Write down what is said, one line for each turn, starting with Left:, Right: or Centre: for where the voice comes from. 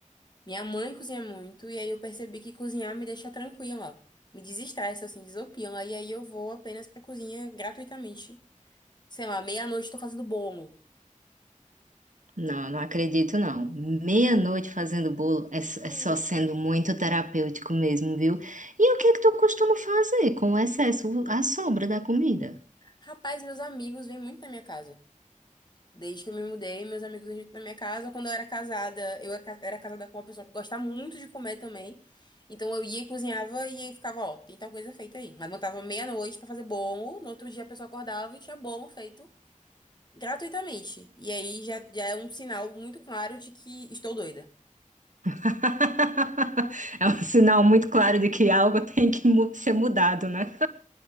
Left: Minha mãe cozinha muito, e aí eu percebi que cozinhar me deixa tranquila, me desestressa, assim, desopila, e aí eu vou apenas pra cozinha gratuitamente. Sei lá, meia-noite tô fazendo bolo.
Right: Não, não acredito não. Meia-noite fazendo bolo é, s-
Left: Juro.
Right: é só sendo muito terapêutico mesmo, viu? E o que é que tu costuma fazer com o excesso, a sobra da comida?
Left: Rapaz, meus amigos vêm muito na minha casa. Desde que eu me mudei, meus amigos vêm muito na minha casa. Quando eu era casada, eu era ca- era casada com uma pessoa que gosta muito de comer também. Então eu ia e cozinhava e aí ficava, ó, tem tal coisa feita aí. Mas montava meia-noite pra fazer bolo. No outro dia a pessoa acordava e tinha bolo feito gratuitamente. E aí já, já é um sinal muito claro de que estou doida.
Right: <laughs> É um sinal muito claro de que algo tem que mu- ser mudado, né?